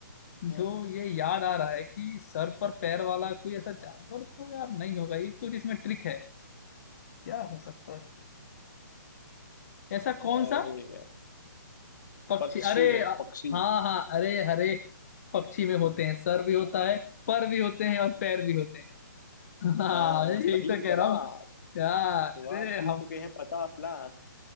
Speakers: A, on the left; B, on the left.
A: जो
B: <laughs>
A: ये याद आ रहा है कि सर पर पैर वाला कोई ऐसा जानवर तो यार नहीं होगा ये कुछ इसमें ट्रिक है क्या हो सकता है ऐसा कौन
B: अरे
A: सा
B: यार,
A: पक्षी
B: पक्षी
A: अरे
B: है
A: अ-
B: पक्षी
A: हाँ हाँ अरे हर एक पक्षी में होते हैं सर भी होता है पर भी होते हैं और पैर भी होते हैं <laughs> हाँ
B: हाँ
A: यही
B: सही
A: तो कह
B: जवाब
A: रहा हूँ यार अरे
B: तो आप जीत
A: हम
B: चुके हैं पचास लाख